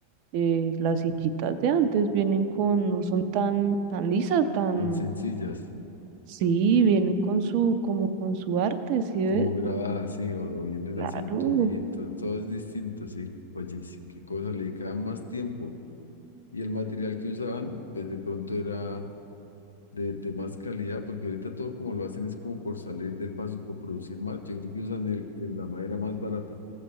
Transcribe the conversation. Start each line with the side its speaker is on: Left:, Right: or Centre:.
Right: eh, las sillitas de antes vienen con, no son tan, tan lisas, tan,
Left: Tan sencillas.
Right: sí, vienen con su, como con su arte, ¿sí
Left: Como
Right: ves?
Left: grabadas, sí. O, o vienen
Right: Claro.
Left: así en tubitos. Todo es distinto, sí. Oye, sí, qué cosa. Le dedicaban más tiempo. Y el material que usaban, pues de pronto era de, de más calidad. Porque ahorita todo como lo hacen es como por salir del paso y por producir más. Yo creo que usan el, el- la madera más barata.